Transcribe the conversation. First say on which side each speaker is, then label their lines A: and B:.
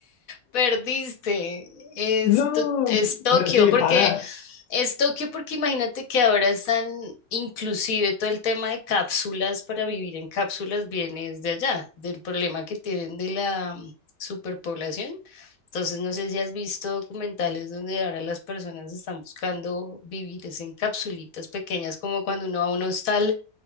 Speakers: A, on the left; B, on the left.
A: Perdiste. Es,
B: No.
A: To- es Tokio,
B: Bueno, tiene
A: porque
B: para,
A: es Tokio, porque imagínate que ahora están inclusive todo el tema de cápsulas para vivir en cápsulas viene de allá, del problema que tienen de la mm, superpoblación. Entonces, no sé si has visto documentales donde ahora las personas están buscando vivir es en capsulitas pequeñas, como cuando uno va a un hostal,